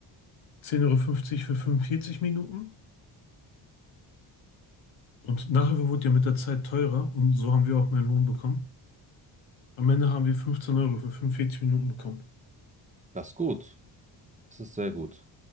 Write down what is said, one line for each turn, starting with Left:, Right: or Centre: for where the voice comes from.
Left: zehn Euro fünfzig für 45 Minuten. Und nachher wurde ja mit der Zeit teurer und so haben wir auch mehr Lohn bekommen. Am Ende haben wir 15 Euro für fünfundvierzig Minuten bekommen.
Right: Das ist gut. Das ist sehr gut.